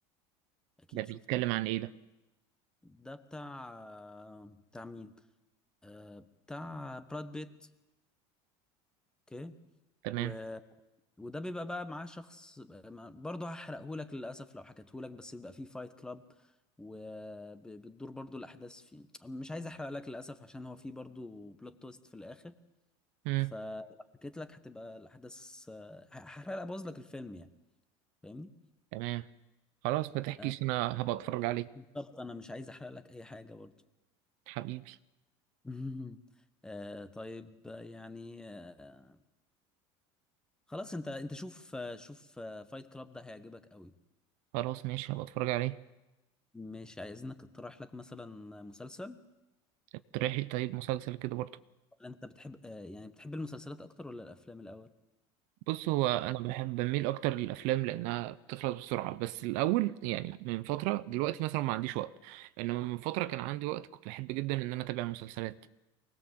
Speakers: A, in the centre; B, on the right (about 65°).
A: اكيد
B: ده بيتكلم
A: شفته
B: عن ايه ده
A: ده بتاع بتاع مين آه، بتاع براد بيت اوكي
B: تمام
A: و... وده بيبقى بقى معاه شخص برضه هحرقهولك للاسف لو حكيتهولك بس بيبقى فيه فايت كلاب وبتدور برضه الاحداث فيه مش عايز احرق لك للاسف عشان هو فيه برضه بلوت تويست في الاخر
B: امم
A: فحكيت لك هتبقى الاحداث آه، هحرق ابوظ لك الفيلم يعني فاهمني
B: تمام خلاص ما تحكيش
A: آه،
B: انا هبقى اتفرج عليه
A: بالظبط انا مش عايز احرق لك اي حاجه برضه
B: حبيبي
A: مهم. آه طيب آه، يعني آه خلاص انت انت شوف آه، شوف آه، فايت كلاب ده هيعجبك قوي
B: خلاص ماشي هبقى اتفرج عليه
A: مش عايزينك اقترح لك مثلا مسلسل
B: اقترحي طيب مسلسل كده برضه
A: ولا انت بتحب آه يعني بتحب المسلسلات اكتر ولا الافلام الاول
B: بص هو انا بحب بميل اكتر للافلام لانها بتخلص بسرعه بس الاول يعني من فتره دلوقتي مثلا ما عنديش وقت انما من فتره كان عندي وقت كنت بحب جدا ان انا اتابع مسلسلات